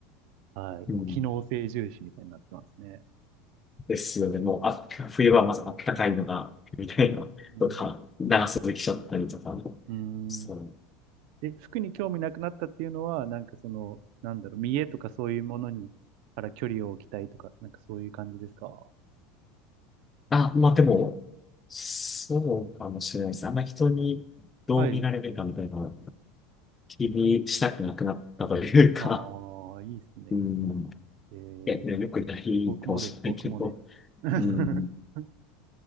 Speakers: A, on the right; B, on the left.
A: はい。もう機能性重視みたいになってますね。
B: うん。ですよね。もうあ、冬はまずあったかいのが、みたいな、
A: うん。
B: とか、長袖着ちゃったりとか。
A: うん。
B: そう。
A: うんで、服に興味なくなったっていうのは、なんかその、なんだろう、見栄とかそういうものに、から距離を置きたいとか、なんかそういう感じですか
B: あ、まあでも、そうかもしれないです。あんまり人にどう見られるかみたいなのを
A: はい。
B: 気にしたくなくなったというか、
A: ああ、いいっすね。
B: うん。
A: えー、
B: いや、ねよくないかもしれないけど。
A: 僕もです、僕もです。<laughs>
B: うん。
A: う